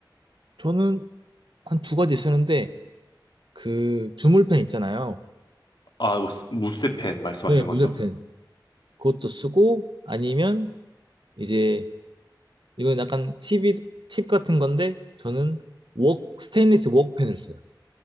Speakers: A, on the right (about 80°); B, on the left (about 70°).
A: 저는 한 두 가지 쓰는데 그 주물팬 있잖아요.
B: 아, 무스- 무쇠펜 말씀하시는
A: 네, 물레팬
B: 거죠?
A: 그것도 쓰고 아니면 이제 이건 약간 팁이, 팁 같은 건데, 저는 웍, 스테인리스 웍펜을 써요.